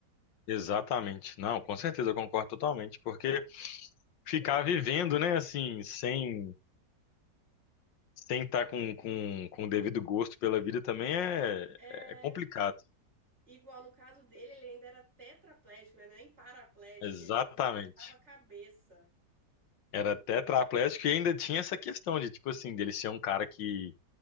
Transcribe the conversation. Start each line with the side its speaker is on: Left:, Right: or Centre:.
Left: exatamente. Não, com certeza, eu concordo totalmente. Porque ficar vivendo, né, assim, sem sem estar com, com, com o devido gosto pela vida também é,
Right: É.
Left: é complicado.
Right: Igual no caso dele, ele ainda era tetraplégico, né? Nem paraplégico,
Left: Exatamente.
Right: ele só movimentava a cabeça.
Left: Era tetraplégico e ainda tinha essa questão de, tipo assim, dele ser um cara que